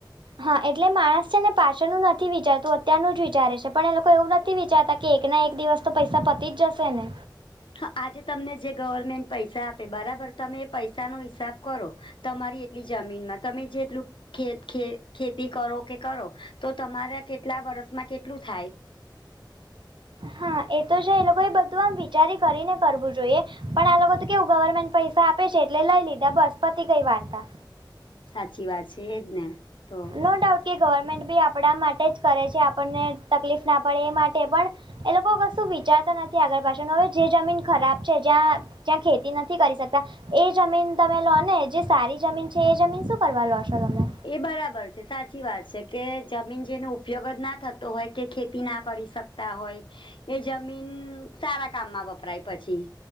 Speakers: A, on the right; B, on the left.
A: હા એટલે માણસ છે ને પાછળનું નથી વિચારતું અત્યારનું જ વિચારે છે પણ એ લોકો એવું નથી. નથી વિચારતા કે એક ના એક દિવસ તો પૈસા પતી જ જશે ને.
B: હા આજે તમને જે ગવર્મેન્ટ પૈસા આપે બરાબર તમે એ પૈસાનો હિસાબ કરો. તમારી એટલી જમીનમાં તમે જેટલું. ખે ખે ખેતી કરો કે કરો તો તમારા કેટલા વર્ષમાં કેટલું થાય.
A: હા એ તો છે એ લોકો એ બધું આમ વિચારી કરીને કરવું જોઈએ પણ આ લોકો તો કેવું ગવર્મેન્ટ પૈસા આપે. આપે છે એટલે લઈ લીધા બસપતિ ગઈ વાર્તા.
B: સાચી વાત છે એજ ને તો.
A: નો ડાઉટ કે ગવર્મેન્ટ બી આપણા માટે જ કરે છે આપણને તકલીફ ના પડે એ માટે પણ. એ લોકો કશું વિચારતા નથી આગળ પાછાનું હવે જે જમીન ખરાબ છે. જ્યાં જ્યાં ખેતી નથી કરી શકતા એ જમીન તમે લો ને જે સારી જમીન છે એ જમીન શું કરવા લો છો તમે
B: એ બરાબર છે સાચી વાત છે કે જમીન જેનો ઉપયોગ જ ના થતો હોય કે ખેતી ના કરી શક. <unintelligible> હોય એ જમીન સારા કામમાં વપરાય પછી.